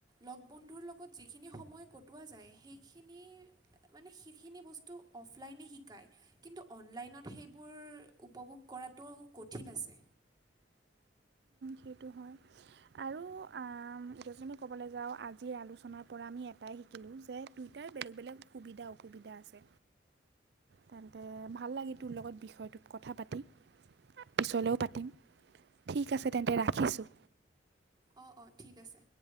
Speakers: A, on the right; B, on the right.
A: লগ বন্ধুৰ লগত যিখিনি সময় কটোৱা যায় সেইখিনিৰ মানে সেইখিনি বস্তু অফলাইনে শিকায় কিন্তু অনলাইনত সেইবোৰ উপভোগ কৰ কৰাটো কঠিন আছে
B: সেইটো হয় আৰু আ এতিয়া যদি ক'বলে যাওঁ আজিৰ আলোচনাৰ পৰা আমি এক তাই শিকিলোঁ যে টুইটাৰ বেলেগ বেলেগ সুবিধা অসুবিধা আছে। তেন্তে ভাল লাগে তোৰ লগত বিষয়টোত কথা পাতি। পিছলৈও পাতিম, ঠিক আছে তেন্তে ৰাখিছোঁ।
A: অ', অ', ঠিক আছে।